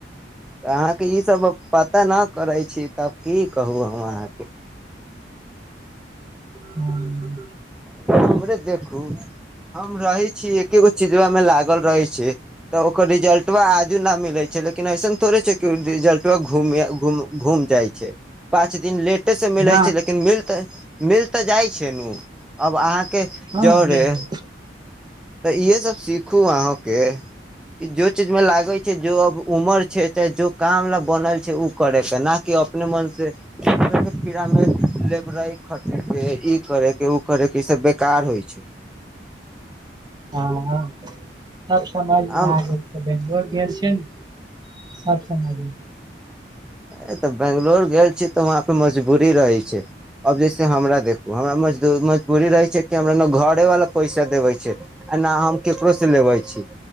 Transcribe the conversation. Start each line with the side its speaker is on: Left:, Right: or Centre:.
Centre: तऽ अहाँके ईसभ पता नहि करै छी तब की कहू हम अहाँकेँ
Right: हँ
Centre: हमरे देखू हम रहै छीयै एके गो चीजमे लागल रहै छै तऽ ओकर रिजल्ट व आजू नहि मिलैत छै लेकिन अइसन थोड़े छै कि रिजल्ट घूमया घूम घूम जाइ छै पाँच दिन लेट लेट सँ मिलाये
Right: न
Centre: छै लेकिन मिल त मिल त जाय छै न के
Right: हँ
Centre: जरे
Right: मिल गेल
Centre: तऽ इएहे सभ सीखू अहाँ केँ कि जो चीज मे लागै छै जो अब उमर छै चाहे जो काम ल बनल छै ओ करै के ना की अपने मन से कीड़ा मे लेब क खटे के ई करेके उ करेके इ सब बेकार होइ छै
Right: ह सब समझमे
Centre: आम
Right: आ गेल छै <unintelligible> भेटब गेल छै ने साफ समाज <unintelligible>
Centre: ए तऽ बंगलोर गेल छी तऽ वहां पे मजबूरी रहै छै अब जैसे हमरा देखु हमराजदू मजबूरी रहे छै की हमरा न घर वाला पैसा देबे छै आ नहि हम केकरो से लेबे छी